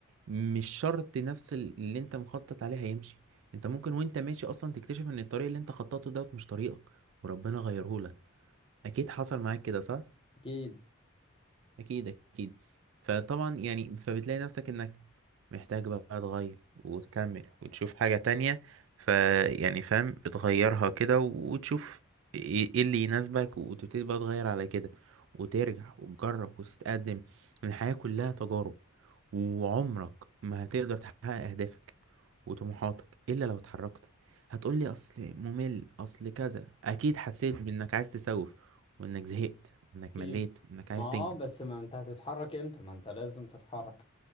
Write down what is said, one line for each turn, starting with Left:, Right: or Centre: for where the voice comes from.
Right: مش شرط نفس ال- اللي انت مخطط عليه هيمشي انت ممكن وانت ماشي اصلا تكتشف ان الطريق اللي انت خططته دوت مش طريقك وربنا غيرهولك اكيد حصل معاك كده صح
Left: أكيد
Right: اكيد اكيد فطبعا يعني فبتلاقي نفسك انك محتاج بقى تغير وتكمل وتشوف حاجة تانية فيعني فاهم بتغيرها كده وتشوف ايه إيه اللي يناسبك وتبتدي بقى تغير على كده وترجع وتجرب وتتقدم الحياة كلها تجارب وعمرك ما هتقدر تحقق اهدافك وطموحاتك الا لو اتحركت هتقولي اصل ممل اصل كذا اكيد حسيت بانك عايز تسوف وانك زهقت وانك
Left: أكيد
Right: مليت وانك عايز
Left: ما اه
Right: تنجز
Left: بس ما انت هتتحرك امتى ما انت لازم تتحرك